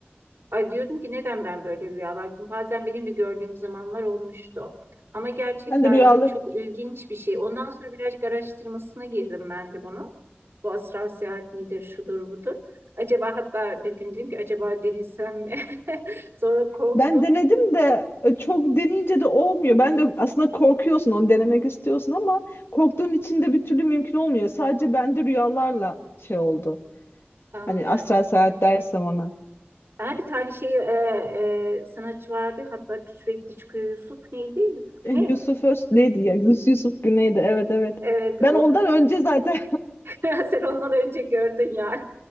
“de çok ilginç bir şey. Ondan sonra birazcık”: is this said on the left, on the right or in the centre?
Right